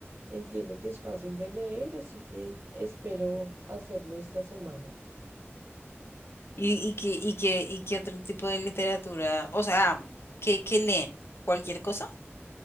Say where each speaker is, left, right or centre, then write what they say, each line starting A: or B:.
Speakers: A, on the right (about 70°); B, on the left (about 65°).
A: entiendo que es fácil de leer, así que espero hacerlo esta semana.
B: ¿Y, y qué, y qué, y qué otro tipo de literatura? O sea, ¿qué, qué leen? ¿Cualquier cosa?